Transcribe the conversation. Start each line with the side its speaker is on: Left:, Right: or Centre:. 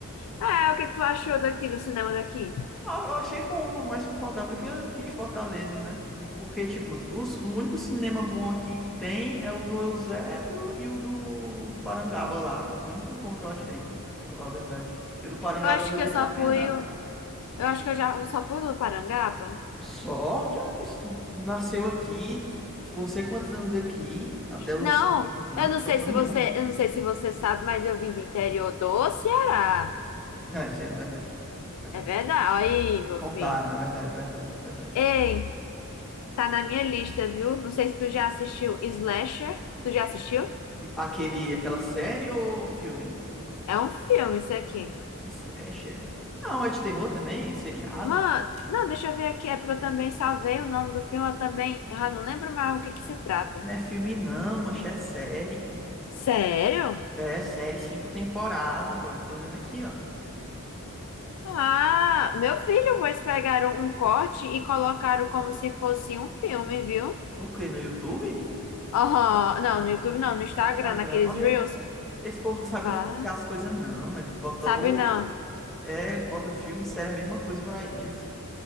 Left: Ah, o que que tu achou daqui, do cinema daqui?
Centre: Ah, Eu achei bom, mais confortável do que o aqui de Fortaleza, né? Porque, tipo, os- o único cinema bom aqui que tem é o do Eusébio e o do Parangaba lá. Os únicos bons que eu achei, pra, pra falar a verdade. E o do Parangaba
Left: Eu acho
Centre: ainda
Left: que
Centre: deixa
Left: eu só
Centre: a penar.
Left: fui. Eu acho que eu já eu só fui no Parangaba.
Centre: Sorte, é isso. Tu nasceu aqui, ficou ficou não sei quantos anos aqui, até os
Left: Não,
Centre: não sei quantos anos,
Left: eu não
Centre: só
Left: sei
Centre: foi
Left: se
Centre: em
Left: você,
Centre: um.
Left: eu não sei se você sabe, mas eu vim do interior do Ceará.
Centre: Ah, isso aí é verdade. É verdade.
Left: É verdade. Olha aí,
Centre: Me
Left: meu
Centre: contaram,
Left: filho.
Centre: é verdade, é verdade, é verdade.
Left: Ei, tá na minha lista, viu? Não sei se tu já assistiu Slasher. Tu já assistiu?
Centre: E- Aquele, aquela série ou filme?
Left: É um filme isso aqui.
Centre: Slasher? Não, é de terror também, é seriado.
Left: Mano, não, deixa eu ver aqui. É porque eu também salvei o nome do filme. Eu também ah, não lembro mais o que que se trata.
Centre: Não é filme não, mancha, é série.
Left: Sério?
Centre: É série cinco temporada, boy. Eu tô vendo aqui, ó.
Left: Ah, meu filho, pois pegaram um corte e colocaram como se fosse um filme, viu?
Centre: O quê? No YouTube?
Left: Oh, não, no YouTube não, no Instagram,
Centre: Pagando.
Left: naqueles
Centre: Olha
Left: Reels.
Centre: aí. Esse povo não sabe
Left: Vá,
Centre: diferenciar as coisas, não. Eles botam.
Left: sabe
Centre: o-
Left: não.
Centre: É, eles botam filme e série a mesma coisa pra eles.